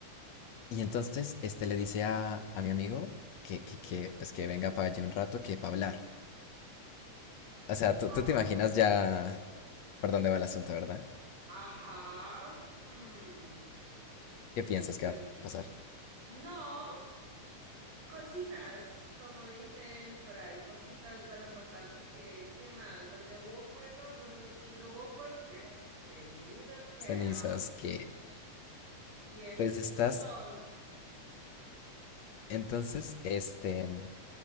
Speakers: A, on the left; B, on the right.
A: y entonces, este le dice a, a mi amigo que, que, que, pues que venga para allí un rato, que para hablar. O sea, tú,
B: ajá,
A: tú te imaginas ya por dónde va el asunto, ¿verdad?
B: ajá. Hmm.
A: ¿Qué piensas
B: bien.
A: que va a pasar?
B: No. Cositas, como dicen por ahí, cositas van a pasar porque, ¿qué más? Donde hubo fuego, donde, donde hubo fuego, ¿qué? Cenizas quedan.
A: Cenizas,
B: Shh.
A: que,
B: Y entonces,
A: pues estás, entonces, este...